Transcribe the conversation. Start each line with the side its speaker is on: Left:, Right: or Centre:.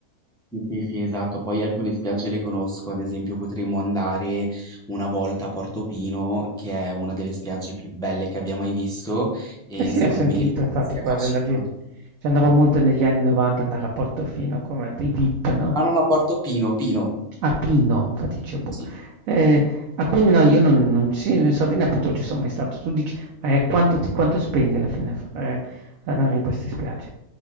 Centre: Sì, sì, sì, esatto. Poi alcune spiagge le conosco, ad esempio potremmo andare una volta a Portofino, che è una delle spiagge più belle che abbia mai visto e
Right: Eh sì,
Centre: secondo
Right: ho sentito
Centre: me rimarresti
Right: infatti quasi
Centre: affascinato.
Right: la gente. Ci andavo molto negli anni 90 andare a Portofino come i VIP, no?
Centre: No, no, no, Portofino, Pino,
Right: A Pino, infatti dicevo, boh.
Centre: sì.
Right: Eh, ah, quindi no, io non, non ci, in Sardegna appunto non ci sono mai stato. Tu dici, eh, quanto, ti- quanto spendi alla fine a fare- ad andare in queste spiagge?